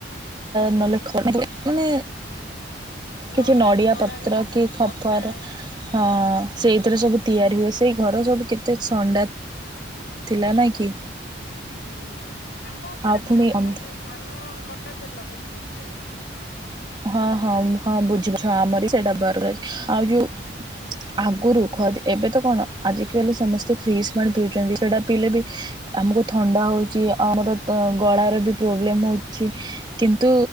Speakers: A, on the right; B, on the left.
A: ନହେଲେ <inaudible> ମାନେ
B: ନଳା
A: କିଛି ନଡ଼ିଆ
B: ନଡାରେ
A: ପତ୍ର
B: ହେଇଥିଲା
A: କି ଖପର
B: ବତା
A: ହ ସେଇଥିରେ ସବୁ ତିଆରି ହୁଏ ସେଇ ଘର ସବୁ କେତେ ଥଣ୍ଡା ଥିଲା ନା କି?
B: ହୁଁ ଆମ ପଟେ
A: ଆଉ ପୁଣି
B: ଛ
A: ଅନ୍ଧ
B: ଏଇ ଯୋଉ ଧାନ କ ଟାସାରଲା ପରେ <inaudible>
A: ହଁ ହଁ ହଁ ବୁଝିଛୁ ଆମରି ସେଟା <inaudible> ଆଉ ଯୋଉ ଆଗରୁ ଖ ଏବେ ତ କଣ ଆଜିକାଲି ସମସ୍ତେ ଫ୍ରିଜ ପାଣି ପିଉଛନ୍ତି ସେଇଟା ପିଇଲେ ବି ଆମକୁ ଥଣ୍ଡା ହଉଛି ଆଉ ଆମର ଗଳାର ପ୍ରୋବ୍ଲେମ୍ ହେଉଛି କିନ୍ତୁ